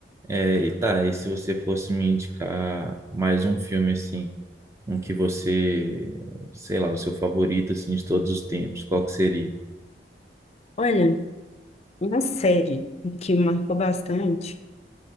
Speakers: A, on the right; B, on the left.
A: É, e tá, e se você fosse me indicar mais um filme assim, um que você, sei lá, o seu favorito assim de todos os tempos, qual que seria?
B: Olha, uma série que me marcou bastante